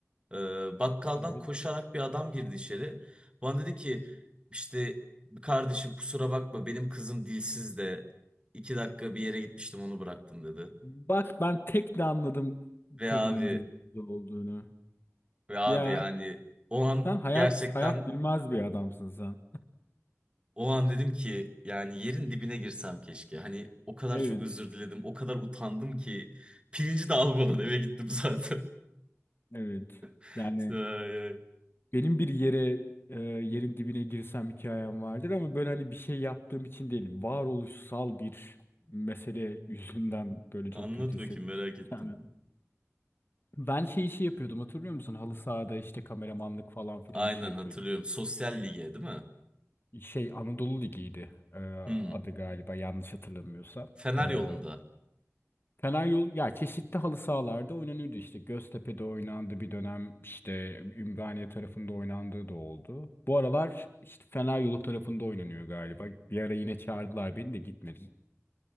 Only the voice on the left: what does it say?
Evet.
Bak ben tek de anladım
kadının
dilsiz olduğunu.
Ya.
Sen hayat
hayat Yani bilmez bir adamsın sen.
Evet,
evet.
Yani
benim bir yere e, yerin dibine girsem hikayem vardır ama böyle hani bir şey yaptığım için değil, varoluşsal bir mesele yüzünden böyle
çok kötü hissetmiştim
kendimi. Ben şey işi yapıyordum hatırlıyor musun? Halı sahada işte kameramanlık falan filan
işi yapıyordum.
Şey Anadolu Ligi'ydi e, adı
galiba yanlış hatırlamıyorsam.
E,
Karayolu ya çeşitli halı sahalarda oynanıyordu işte Göztepe'de oynandı bir dönem işte Ümraniye tarafında oynandığı da oldu. Bu aralar işte Fener Yolu tarafında oynanıyor galiba. Bir ara yine çağırdılar beni de gitmedim.